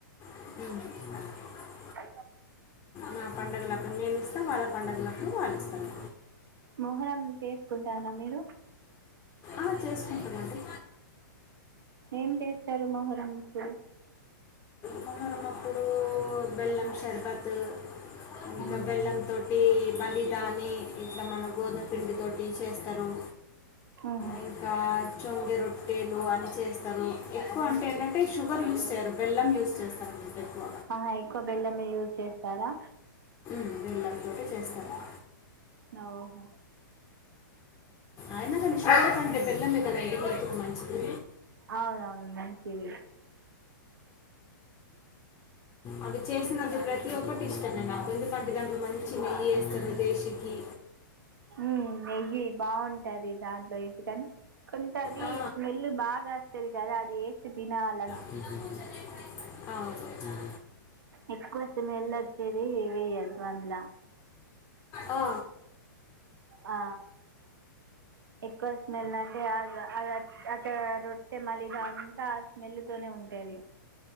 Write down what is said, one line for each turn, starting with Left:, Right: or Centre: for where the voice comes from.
Left: మ్
Right: అ
Left: నా పండుగలప్పుడు మేం ఇస్తాం వాళ్ళ పండుగలప్పుడు వాళ్లు ఇస్తారు
Right: మొహరం చేసుకుంటారా మీరు
Left: ఆ చేసుకుంటమండి
Right: ఏం చేస్తరు మొహరం అప్పుడు
Left: మొహరం అప్పుడు బెల్లం షర్బత్ ఇంకా
Right: మ్మ్.
Left: బెల్లం తోటి మళిదాని ఇట్లా మన గోధుమ పిండి తోటి చేస్తరు
Right: మ్
Left: ఇంకా చొంగె రొట్టెలు అన్ని చేస్తరు ఎక్కువ అంటే ఏంటంటే షుగర్ యూస్ చేయరు బెల్లం యూజ్ చేస్తరు ఎక్కువ
Right: ఆ ఎక్కువ బెల్లమే యూజ్ చేస్తారా
Left: మ్ బెల్లం తోటే చేస్తారా
Right: నో హో
Left: అయినా కాని షుగర్ కంటే బెల్లమే కదండి హెల్త్కి మంచిది
Right: అవునవును మంచిది
Left: అవి చేసినది ప్రతి ఒక్కటి ఇష్టమే నాకు ఎందుకంటే దాంట్లో మంచి నెయ్యి ఏస్తరు దేశికిి
Right: మ్మ్ నెయ్యి బావుంటది దాంట్లో ఏసి కాని కొంతది
Left: ఆ,
Right: స్మెల్ బాగా వస్తది కదా అది ఏసి తినాల
Left: అవును
Right: ఎక్కువ స్మెల్ వచ్చేది వేయొద్దు అందుల
Left: అ ఆ
Right: ఆ ఎక్కువ స్మెల్ అంటే అద అదా అ రొట్టె మళ్ళి అంతా ఆ స్మెల్ తోనే ఉంటది